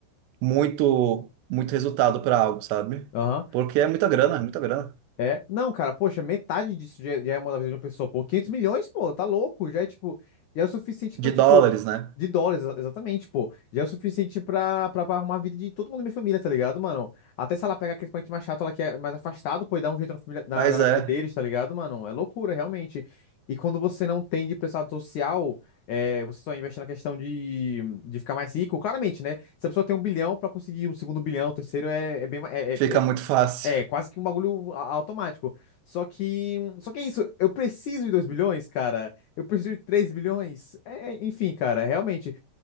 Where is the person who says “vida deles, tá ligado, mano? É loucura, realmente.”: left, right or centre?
Left